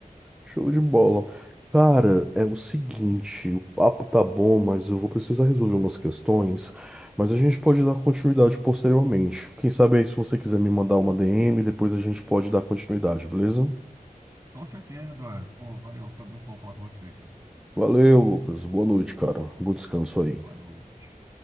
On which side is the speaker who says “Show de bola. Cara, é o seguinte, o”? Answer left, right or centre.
Centre